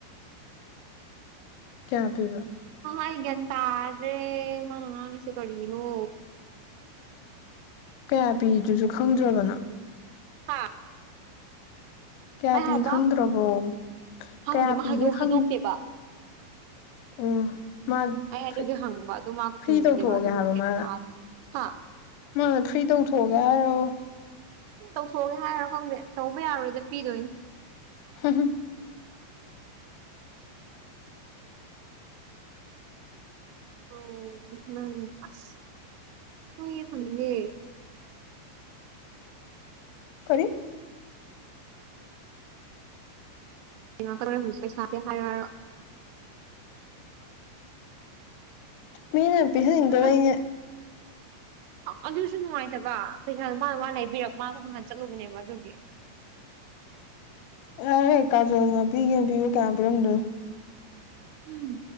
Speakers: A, on the left; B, on the right.
A: ꯀꯌꯥ ꯄꯤꯕ
B: ꯑꯩ ꯒꯌ꯭ꯥꯟ ꯇꯥꯗꯔ꯭ꯦ ꯃꯥꯅ ꯉꯥꯡꯉꯤꯁꯦ ꯀꯔꯤꯅꯣ
A: ꯀꯌꯥ ꯄꯤꯗꯨꯁꯨ ꯈꯪꯗ꯭ꯔꯕ ꯅꯪ
B: ꯍꯥꯥ
A: ꯀꯌꯥ ꯄꯤ
B: ꯍꯥꯏꯕ
A: ꯈꯪꯗ꯭ꯔꯕꯣ
B: ꯈꯪꯗ꯭ꯔꯦ
A: ꯀꯌꯥ
B: ꯃꯥ
A: ꯄꯤꯒꯦ
B: ꯍꯥꯏꯗꯣꯛ
A: ꯈꯪ
B: ꯍꯥꯏꯗꯣꯛꯇꯦꯕ
A: ꯑꯣ ꯃꯥ
B: ꯑꯩ ꯑꯗꯨꯒꯤ
A: ꯐ꯭ꯔꯤ
B: ꯍꯪꯕ ꯑꯗꯨ ꯃꯥ ꯈꯨꯝꯗꯦꯕ
A: ꯐ꯭ꯔꯤ ꯇꯧꯊꯣꯛꯑꯒꯦ
B: ꯑꯗꯨꯝ
A: ꯍꯥꯏꯕ
B: ꯒꯌ꯭ꯥꯟ
A: ꯃꯥꯅ
B: ꯇꯥꯏ ꯍꯥ
A: ꯃꯥꯅ ꯐ꯭ꯔꯤ ꯇꯧꯊꯣꯛꯑꯒꯦ ꯍꯥꯏꯔꯣ
B: ꯇꯧꯊꯣꯛꯑꯒꯦ ꯍꯥꯏꯔꯣ ꯈꯪꯗꯦ ꯇꯧꯕ ꯌꯥꯔꯣꯏꯗ ꯄꯤꯗꯣꯏꯅꯤ
A: <unintelligible>
B: ꯑꯣ ꯅꯪ ꯑꯁ ꯍꯣꯏ ꯈꯪꯗꯦ
A: ꯀꯔꯤ
B: <unintelligible> ꯄꯩꯁꯥꯁꯦ ꯍꯥꯏꯔꯣ ꯍꯥꯏꯔꯣ
A: ꯃꯤꯅ ꯄꯤꯍꯟꯅꯤꯡꯗꯕꯩꯅꯦ
B: ꯑꯁ ꯑꯗꯨꯁꯨ ꯅꯨꯡꯉꯥꯏꯇꯕ ꯄꯩꯁꯥꯗꯣ ꯃꯥꯅ ꯃꯥ ꯂꯩꯕꯤꯔꯛ ꯃꯥꯗꯣ ꯎꯅꯥ ꯆꯠꯂꯨꯕꯅꯦꯕ ꯑꯗꯨꯒꯤ
A: ꯑꯥꯏꯍꯦ ꯀꯥꯖꯣꯜꯅ ꯄꯤꯒꯦꯅ ꯄꯤꯕ ꯀꯌꯥꯝ ꯄꯤꯔꯝꯗꯣꯏꯅꯣ
B: ꯎꯝ.